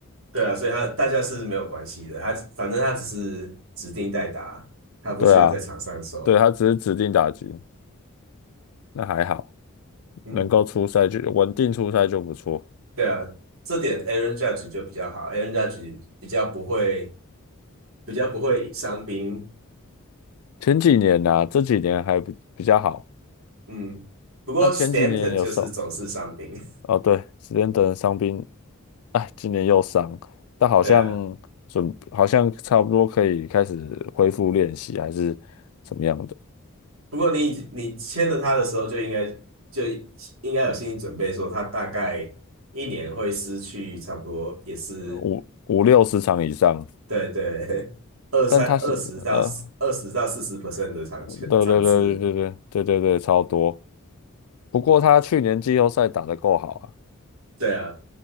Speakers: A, on the right (about 65°); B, on the left (about 80°).
A: 对啊，所以他大家是没有关系的。他反正他只是指定代打，他不需要在场上守。
B: 对啊，对，他只是指定打击，那还好，
A: 嗯，
B: 能够出赛就稳定出赛就不错。
A: 对啊，这点 Aaron Judge 就比较好，Aaron Judge 比较不会比较不会伤兵，
B: 前几年呐、啊这几年还比比较好，
A: 嗯，不过
B: 他前几年有受，
A: Stanton 就是总是伤兵，
B: 哦对，史蒂德伤兵，哎，今年又伤，但好像
A: <laughs> 对啊。
B: 准好像差不多可以开始恢复练习，还是怎么样的，
A: 不过你你签了他的时候，就应该就应该有心理准备，说他大概一年会失去差不多也是
B: 五五六十场以上，
A: 对对 <laughs> 二三二十到二十到四十
B: 但他是呃，
A: percent 的场场次，
B: 对对对对对对对对对，超多。不过他去年季后赛打得够好啊。
A: 对啊。